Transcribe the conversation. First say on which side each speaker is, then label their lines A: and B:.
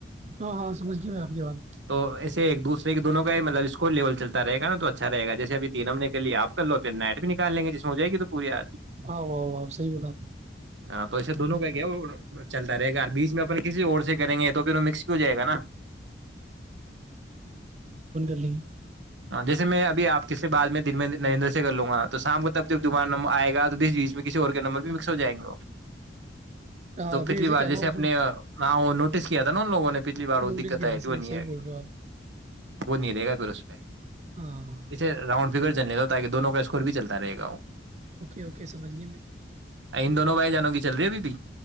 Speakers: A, on the right; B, on the right.
A: ہاں ہاں سمجھ گیا میں آپ کی بات
B: تو ایے ایک دوسرے ایکون کا ہی مطل اسکور لیول چلتا رہے گا نا تو اچھا رہے گا جیسے ا تین امنے کے لیے آپ کر لو پھر نیٹ بھی نکال لیں گے جس ہو جائے گی تو پوری آمی
A: ہاں واہ واہ صحیح بولا آپ
B: ہاں تو ایسے دونوں کا کیا چلتا رہے گا بیچ میں اپ کسی اور سے کریں گے تو پھر وہ مکس بھی ہو جائے گا نا
A: کلی
B: ہاں جیسے میں ابھی آپ سے بع میں دن میں نریندر سے کر لوں گا تو شام کو تک جب دوبار نمبر آئے گا تو بیس بیچ میں کسی اور کے نمبر بھی مکس ہو جائ گے وہ
A: ہاں
B: تو پچھلی
A: پھر
B: بار
A: کیا
B: جیسے
A: نا
B: اپنے
A: اس میں
B: ہو نوٹس کیا تھا لووں نے پچھلی بار وہ
A: نوٹس
B: دقت
A: کیا
B: آئی
A: نا
B: گی
A: صحیح
B: نہیں
A: صحیح
B: ہے
A: بول رہے ہو آپ
B: وہ نہیں رہے گا پھر اس پ
A: ہاں
B: یہس رؤنڈ فکر چلنے ل تاکہ دونوں کا اسکور بھی چلتا رہے گا وہ
A: اوکے اوکے سمجھیے میں
B: ان دونوں بھائی جانوں کی چل رہی ابھی بھی